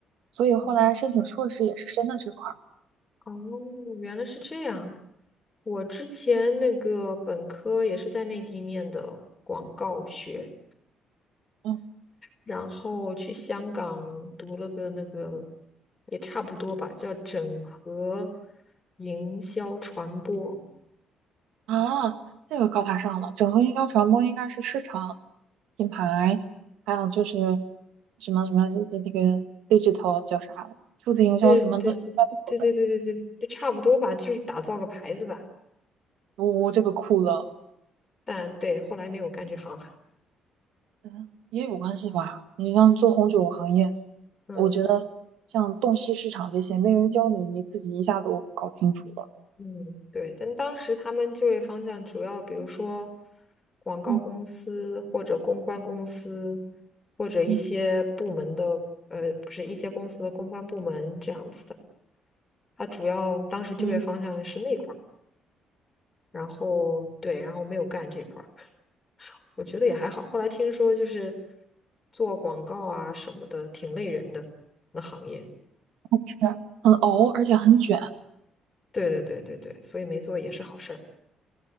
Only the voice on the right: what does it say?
所以后来申请硕士也是申的这块儿。
嗯
啊，这个高大上了，整合营销传播应该是市场、品牌，还有就是什么什么这这个 digital 叫啥，数字营销什么的，
应该都有的。
我、这个酷了，
嗯，也有关系吧。你像做红酒行业，
我觉得像洞悉市场这些，没人教你，你自己一下都搞清楚了。
嗯。
嗯
嗯，
是很熬，而且很卷。